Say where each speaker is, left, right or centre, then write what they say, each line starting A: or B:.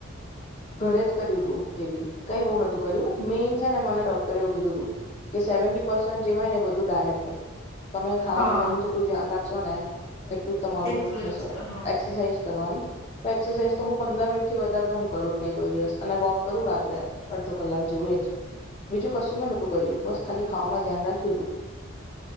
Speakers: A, on the left; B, on the left.
A: ઘરે જ કર્યું તું તે બી કઈ બહુ નતું કર્યું મેન છે ને મને ડોક્ટરે એવું કીધું તું... કે સેવન્ટી પર્સન્ટ જે હોય ને બધું ડાયટ હોય. તમે ખાવા
B: હા
A: પીવાનું જેટલું ધ્યાન રાખશો ને એટ એટલું તમારું
B: એટલું
A: થશે
B: જ હા
A: એક્સરસાઇઝ કરવાની... એક્સરસાઇઝ તો હું પંદર મિનિટ થી વધારે તો હું કરું જ નહી, કોઈ દિવસ અને વોક કરું રાત્રે અડધો કલાક જેવું એ જ બીજું કશું મેં નોતું કર્યું બસ ખાલી ખાવામાં ધ્યાન રાખ્યુંતું.